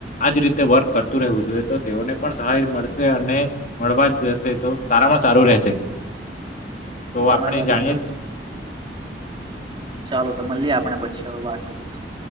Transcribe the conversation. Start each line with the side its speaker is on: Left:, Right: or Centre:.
Left: આજ રીતે વર્ક કરતું રહેવું જોઈએ તો તેઓને પણ સહાય મળશે અને મળવા જ જશે તો સારામાં સારું રહેશે તો
Right: તમારી
Left: આપણે
Right: વાત
Left: જાણીએ
Right: એકદમ ચાલો તો મલીયે આ પણે પછી હવે વાત કરીશું